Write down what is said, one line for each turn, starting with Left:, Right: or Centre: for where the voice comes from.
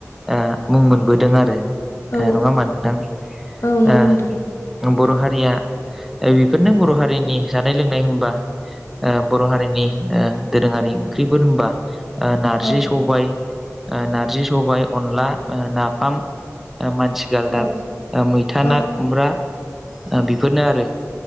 Centre: ओ मुं मोनबोदों आरो नङा
Left: औ
Centre: होमबा नोंथां
Left: औ नंगौ
Centre: आ
Left: नोंथां
Centre: बर' हारिया बेफोरनो बर' हारिनि जानाय लोंनाय होनबा बर' हारिनि दोरोङारि ओंख्रिफोर होनबा नारजि
Left: औ
Centre: सबायाइ नारजि सबाय अनला नाफाम मानसि गालदाब
Left: औ
Centre: मैथा
Left: औ
Centre: ना खुमब्रा बेफोरनो आरो